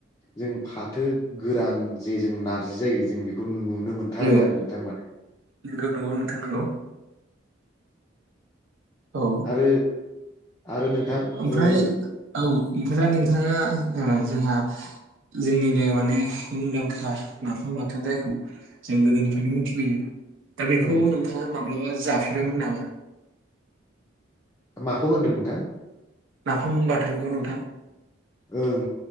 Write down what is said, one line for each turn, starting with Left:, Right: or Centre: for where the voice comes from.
Left: जों फाथो गोरान जे जों नार्जि जायो जों बेखौ नुनो नो मोनथारो
Right: नंगौ
Left: आरो नोंथां माने।
Right: नंगौ नोंथां नंगौ। औ
Left: आरो आरो नोंथां‌
Right: ओमफ्राय
Left: ओह
Right: औ ओमफ्राय नोंथाङा जोंहा जोंनिनो माने मुंदांखा नाफाम बाथोन जायखौ जों गोदोनिफ्रायनो मिथिबोयो दा बेखौ
Left: ओं
Right: नोंथाङा माब्लाबा जाफेरबायमोन नामा?
Left: माखौ होनदों नोंथां?
Right: नाफाम बाथोनखौ नोंथां
Left: ओं